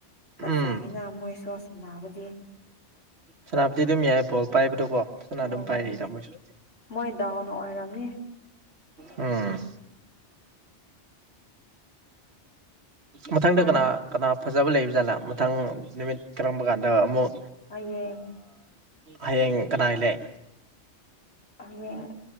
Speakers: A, on the right; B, on the left.
A: ꯎꯝ
B: ꯐꯖꯩꯅ ꯃꯣꯏꯁꯨ ꯁꯥꯟꯅꯕꯗꯤ
A: ꯁꯅꯥꯄꯇꯗꯤ ꯃꯌꯥꯥꯏ ꯄꯣ ꯄꯥꯏꯕꯗꯣꯀꯣ ꯐꯖꯅ ꯑꯗꯨꯝ
B: ꯎꯝ
A: ꯄꯥꯏꯔ ꯇꯥꯃꯣꯏꯁꯨ
B: ꯃꯣꯏ ꯗꯥꯎꯅ ꯑꯣꯏꯔꯝꯅꯤ
A: ꯎꯝ ꯃꯊꯪꯗ
B: ꯍꯣꯏ
A: ꯀꯅꯥ ꯀꯅꯥ ꯐꯖꯕ ꯂꯩꯕ ꯖꯥꯠꯂꯥ ꯃꯈꯤꯊꯪ ꯅꯨꯃꯤꯠ ꯀꯔꯝꯕ ꯀꯥꯟꯗ ꯑꯃꯨꯛ
B: ꯍꯌꯦꯡ
A: ꯍꯌꯦꯡ ꯀꯅꯥ ꯂꯩ
B: ꯌꯦꯡ